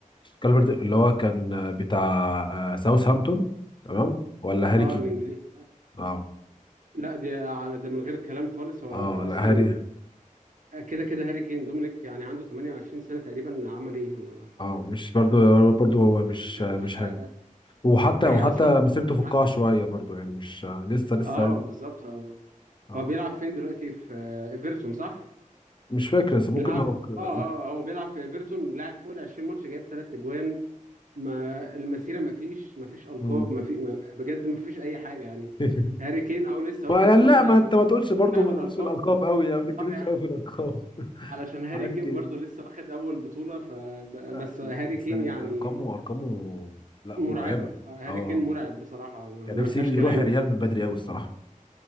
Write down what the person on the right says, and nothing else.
اه
الانجليزي
لا دي ده من غير كلام خالص هو
اصلا
كده كده هاري كين دومينيك يعني عنده 28 سنه تقريبا عمل ايه ما-
ايه مسيرته
ولا
هي
اصلا
مش
عادله
اه
بالظبط آه.
هو بيلعب فين دلوقتي في آه، ايفرتون صح؟
لعب
اه اه هو بيلعب في ايفرتون لعب فوق ال 20 ماتش جايب ثلاث اجوان ما المسيره ما فيش ما فيش القاب
ما في ما بجد ما فيش اي حاجه يعني
هاري كين او لسه
واخد
برضه
يعني
كلها بالالقاب
اه يعني
علشان هاري
كين
برضه لسه واخد اول بطوله فبس
هاري
كين
يعني
مرعبه
آه،
هاري كين مرعب بصراحه ما
ما
فيهاش
كلام
يعني